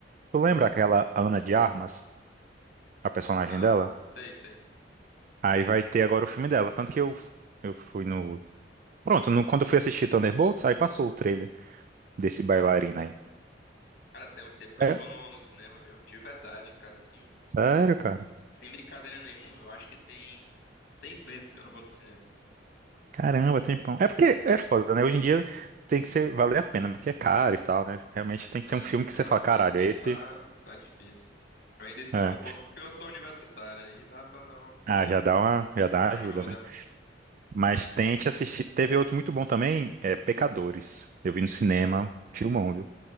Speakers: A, on the right; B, on the left.
A: Tu lembra aquela Ana de Armas, a personagem
B: Ah,
A: dela?
B: sei, sei.
A: Aí vai ter agora o filme dela. Tanto que eu, eu fui no. Pronto, no- quando eu fui assistir Thunderbolts, aí passou o trailer desse bailarina
B: Caramba.
A: aí.
B: Cara, tem um tempo que eu
A: É,
B: não vou no, no cinema, viu? De verdade, cara, assim,
A: sério, cara.
B: sem brincadeira nenhuma, eu acho que tem seis meses que eu não vou no cinema.
A: Caramba, tempão. É porque é foda, né? Hoje em dia tem que ser valer a pena, porque é caro e tal, né? Realmente tem que
B: É, <laughs>
A: ser um filme que
B: realmente
A: você fala, caralho, é esse.
B: tá, tá difícil. Eu ainda escapo
A: É.
B: um pouco porque eu sou universitário, aí dá pra dar uma
A: Ah, já dá uma, já dá
B: ajuda.
A: uma ajuda, né? Mas tente assistir. Teve outro muito bom também, é Pecadores. Eu vi no cinema, filmão, viu?